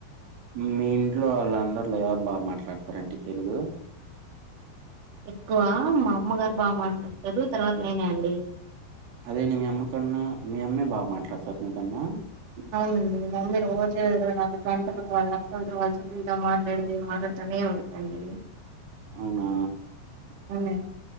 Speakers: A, on the right; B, on the right.
A: మీ ఇంట్లో వాళ్ళందరు బాగా మాట్లాడతారండి తెలుగు
B: ఎక్కువ మా అమ్మగారు బాగా మాట్లాతారు తర్వాత నేనే అండి
A: అదే న మీ అమ్మ కన్నా మీ అమ్మే బాగా మాట్లాతర మీ కన్నా
B: అవునండి మమ్మీ రోజు ఏదైనా గంటలు వాళ్ళ అక్కలతో వల్ల చెల్లెళ్ళతో మాట్లాడి మాట్లాడుతూనే ఉంటది అండి
A: అవునా
B: అవునండి